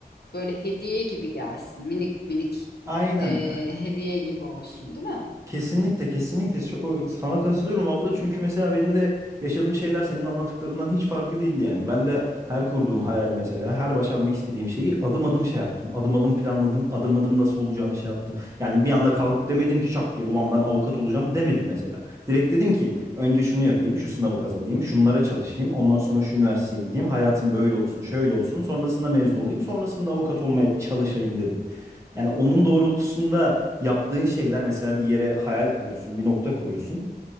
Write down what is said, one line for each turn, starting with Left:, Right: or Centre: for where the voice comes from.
Left: böyle hediye gibi gelsin. Minik minik
Right: Aynen.
Left: e, hediye gibi olsun, değil mi?
Right: Kesinlikle kesinlikle So- sana katılıyorum abla çünkü mesela benim de yaşadığım şeyler senin anlattıklarından hiç farklı değildi yani. Ben de her kurduğum hayali mesela her başarmak istediğim şeyi adım adım şey yaptım. Adım adım planladım. Adım adım nasıl olacağını şey yaptım. Yani bir anda kalkıp demedim ki şak diye ulan ben avukat olacağım demedim mesela. Direkt dedim ki önce şunu yapayım, şu sınavı kazanayım, şunlara çalışayım, ondan sonra şu üniversiteye gideyim, hayatım böyle olsun, şöyle olsun, sonrasında mezun olayım, sonrasında avukat olmaya çalışayım dedim. Yani onun doğrultusunda yaptığın şeyler mesela bir yere hayal koyuyorsun, bir nokta koyuyorsun.